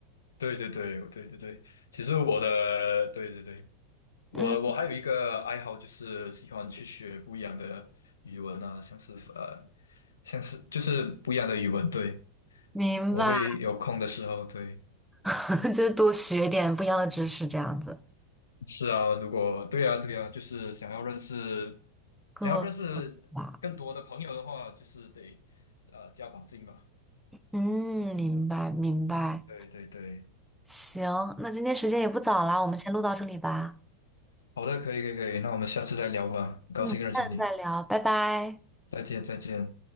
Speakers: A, on the left; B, in the centre.
A: 对对对，对对对，其实我的，对对对，我我还有一个爱好，
B: 嗯，
A: 就是喜欢去学不一样的语文啊，像是呃，像是就是不一样的语文，对，
B: 明白，
A: 我会有空的时候，对，
B: <laughs> 就多学点不一样的知识，这样子
A: 是啊，如果对啊对啊，就是想要认识
B: 更多
A: 想要认识更多的朋友的话，
B: 吧。
A: 就是得呃加把劲吧，
B: 嗯，明白明白。
A: 对对对，
B: 行，那今天时间也不早了，我们先录到这里吧。
A: 好的，可以可以可以，那我们下次再聊吧，很高兴认识你，
B: 嗯，下次再聊，拜拜。
A: 再见再见。